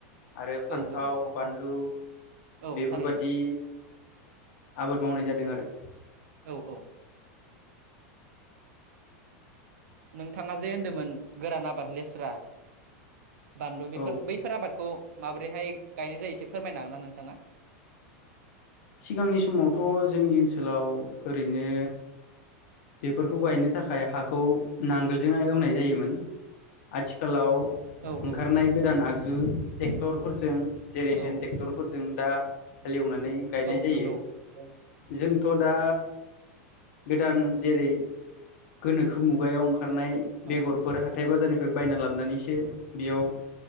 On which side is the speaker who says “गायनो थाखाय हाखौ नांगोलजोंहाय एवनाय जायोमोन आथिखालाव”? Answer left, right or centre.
Left